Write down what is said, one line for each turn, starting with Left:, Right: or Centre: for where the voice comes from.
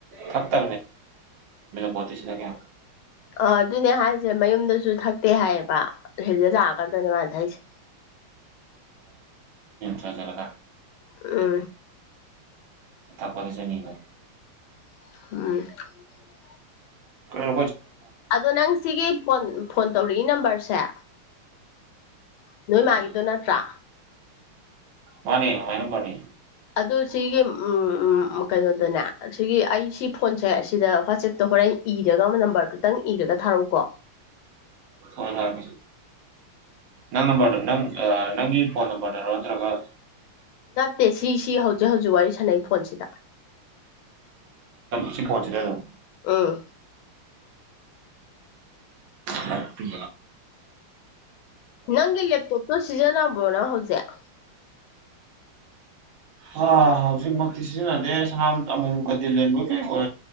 Right: ꯊꯛꯛꯇ ꯄꯣꯠꯇꯁꯤ ꯀ
Left: ꯑ ꯑꯗꯨꯅꯦ ꯍꯥꯏꯁꯦ ꯃꯌꯨꯝꯗꯁꯨ ꯊꯛꯇꯦ ꯍꯥꯏꯌꯦꯕ ꯍꯦꯗ ꯂꯥꯀꯗꯅꯤ ꯋꯥꯅ ꯊꯥꯏꯁꯤ
Right: ꯆꯖꯔꯒ
Left: ꯑ
Right: ꯊꯥꯄꯁꯅꯤꯒ
Left: ꯑ
Right: ꯀꯣꯏ
Left: ꯑꯗꯣ ꯅꯪ ꯁꯤꯒꯤ ꯐꯣꯟ ꯐꯣꯟ ꯇꯧꯔꯛꯏ ꯅꯝꯕꯔꯁꯦ ꯅꯣꯏ
Right: ꯎꯝ
Left: ꯃꯥꯒꯤꯗꯣ ꯅꯠꯇ꯭ꯔꯥ
Right: ꯃꯥꯅꯤ ꯑꯅ ꯄꯅꯤ
Left: ꯑ ꯁꯤꯒꯤ ꯎꯝ ꯀꯩꯅꯣꯗꯅꯦ ꯁꯤꯒꯤ ꯑꯩꯁꯤ ꯐꯣꯟꯁꯦ ꯑꯁꯤꯗ ꯋꯥꯆꯦꯞꯇ ꯍꯣꯔꯦꯟ ꯏꯔꯒ ꯑꯃ ꯅꯝꯕꯔꯗꯨꯇꯪ ꯏꯔꯒ ꯊꯥꯔꯛꯎꯀꯣ
Right: ꯍꯣꯏ ꯍꯣꯏ ꯅꯪꯅꯝꯕꯔꯗꯨ ꯅꯪ ꯑ ꯅꯪꯒꯤ ꯐ‌ꯣꯟ ꯅꯝꯕꯔꯗ‌ꯣ ꯍꯥꯏꯔꯛꯑ‌ꯣ ꯅꯠꯇ꯭ꯔꯥꯒ
Left: ꯐꯠꯇꯦ ꯁꯤꯁꯤ ꯍꯧꯖꯤꯛ ꯍꯧꯖꯤꯛ ꯋꯥꯔꯤ ꯁꯥꯟꯅꯩ ꯐꯣꯟꯁꯤꯗ
Right: ꯁꯤ ꯐꯣꯟꯁꯤꯗ ꯑꯗꯨꯝ
Left: ꯑꯥ
Right: ꯍꯥꯄꯤ
Left: ꯅꯪꯒꯤ ꯂꯦꯞꯇꯣꯞꯇꯣ ꯁꯤꯖꯤꯟꯅꯕ꯭ꯔꯣꯅ ꯍꯧꯖꯤꯛ
Right: ꯍ ꯍꯧꯖꯤꯛꯃꯛꯇꯤ ꯁꯤꯖꯤꯟꯅꯗꯦꯁꯝꯇ ꯑꯃꯨꯛꯀꯗꯤ ꯂꯩꯃ ꯀꯩꯈ